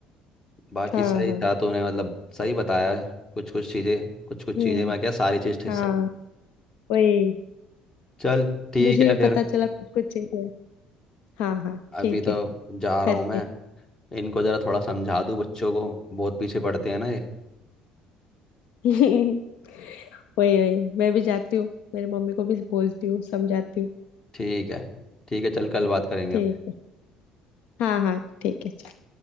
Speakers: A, on the left (about 30°); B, on the left (about 65°).
A: बाकी
B: हाँ
A: सही
B: हाँ
A: था तूने मतलब सही बताया कुछ कुछ चीजें कुछ कुछ
B: हम्म
A: चीजें मैं क्या सारी चीज ठीक
B: हाँ
A: सही
B: वही
A: चल ठीक
B: मुझे
A: है
B: भी
A: फिर
B: पता चला कुछ कुछ चीजें हाँ हाँ
A: अभी
B: ठीक
A: तो
B: है
A: जा रहा
B: करते
A: हूँ मैं इनको जरा थोड़ा समझा दूँ बच्चों को बहुत पीछे पड़ते हैं ना ये
B: <laughs> वही वही मैं भी जाती हूँ मेरी मम्मी को भी बोलती हूँ समझाती हूँ
A: ठीक है ठीक है चल कल बात करेंगे
B: ठीक
A: अब
B: है हाँ हाँ ठीक है